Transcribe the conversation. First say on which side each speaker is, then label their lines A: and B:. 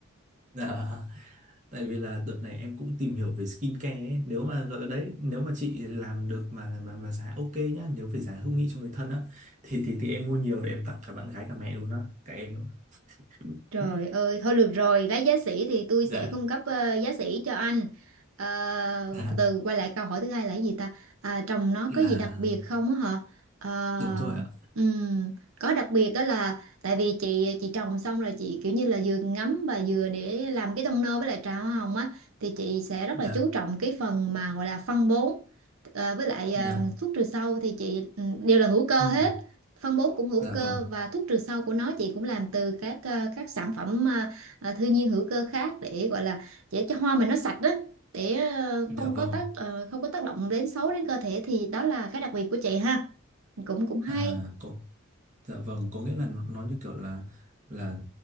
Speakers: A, on the right; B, on the right.
A: Dạ, tại vì là đợt này em cũng tìm hiểu về skincare ấy. Nếu mà gọi đấy, nếu mà chị làm được mà mà mà giá ok nhá, nếu phải giá hữu nghị cho người thân á thì thì thì em mua nhiều để em tặng cả bạn gái cả mẹ luôn á, cả em nữa.
B: Trời
A: <laughs>
B: ơi, thôi được rồi, lát giá sỉ thì tôi
A: Dạ,
B: sẽ cung cấp ờ, giá sỉ cho anh. Ờ,
A: dạ
B: từ từ quay lại câu hỏi thứ hai là cái gì ta? À, trồng nó
A: là
B: có gì đặc biệt không á hả? Ờ,
A: đúng rồi ạ.
B: ừm, có đặc biệt đó là tại vì chị chị trồng xong rồi chị kiểu như là vừa ngắm và vừa để làm cái tông nơ với lại trà hoa hồng á thì chị sẽ rất
A: Dạ.
B: là chú trọng cái phần mà gọi là phân bón ờ, với lại
A: Dạ,
B: ờ, thuốc trừ sâu thì chị ừ, đều là hữu cơ
A: ừ,
B: hết phân bón cũng hữu
A: dạ
B: cơ
A: vâng,
B: và thuốc trừ sâu của nó chị cũng làm từ các ờ, các sản phẩm ờ, ờ, thiên nhiên hữu cơ khác để gọi là để cho hoa mình nó sạch đó để ờ,
A: dạ
B: không
A: vâng,
B: có tác ờ, không có tác động đến xấu đến cơ thể thì đó là cái đặc biệt của chị ha cũng cũng hay
A: à, có, dạ vâng, có nghĩa là nó nó như kiểu là là